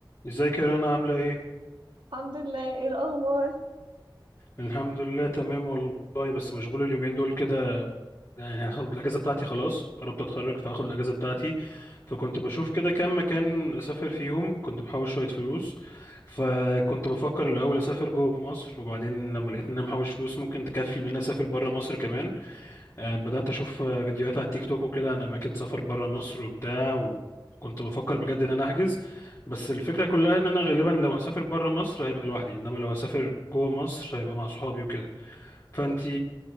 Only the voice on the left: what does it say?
ازيك يا رنا عاملة ايه؟
الحمد لله تمام والله بس مشغول اليومين دول كده يعني هاخد الأجازة بتاعتي خلاص قربت أتخرج فهاخد الأجازة بتاعتي فكنت بشوف كده كام مكان أسافر فيهم كنت بحوش شوية فلوس فكنت بفكر الأول أسافر جوه مصر وبعدين لما لقيت إن أنا محوش فلوس ممكن تكفي إن أنا أسافر بره مصر كمان آه، بدأت أشوف آه، فيديوهات على تيك توك وكده عن أماكن سفر برا مصر وبتاع و- وكنت بفكر بجد إن أنا أحجز بس الفكرة كلها إن أنا غالبا لو هسافر برا مصر هيبقى لوحدي إنما لو هسافر جوه مصر هيبقى مع صحابي وكده فأنتي